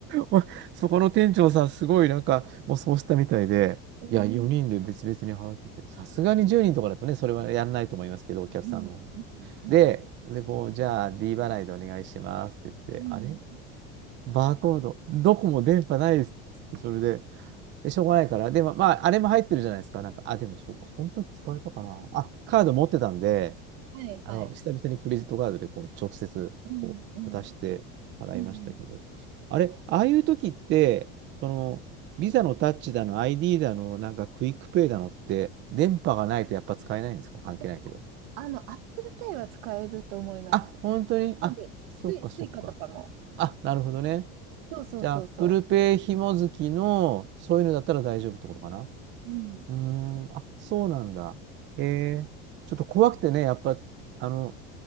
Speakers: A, on the right; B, on the right.
A: <laughs> そこの店長さん、すごいなんか、もうそうしたみたいで、
B: えー、うん、
A: いや、4人で別々に払ってて、さすがに10人とかだとね、それはやんないと思いますけど、お客さんの。
B: うん、うん、
A: で、でこう、じゃあ D 払いでお願いしますって言って、
B: うん。
A: あれバーコード、どこも電波ないですって、それで、でしょうがないから、でも、まあ、あれも入ってるじゃないですか、なんか、あ、でもそう、その時使えたかな。あ、カード持ってたんで、
B: はい、
A: あの、
B: はい。
A: 久々にクレジットカードでこう直接こう渡して払いましたけど、
B: うん、うん、うん。
A: あれ、ああいう時って、その、ビザのタッチだの、ID だの、なんかクイックペイだのって、電波がないとやっぱ使えないんですか関係ないけど。
B: えあの、アップルペイは使えると思います。
A: あ、本当にあ、
B: なんで、
A: そっかそっか。
B: スイ、スイカとかも。
A: あ、なるほどね。
B: そうそうそうそ
A: じゃあ、Apple Pay 紐付きの、そういうのだったら大丈夫ってことかな
B: う。うん。
A: うーん、あ、そうなんだ。へえちょっと怖くてね、やっぱ、あの、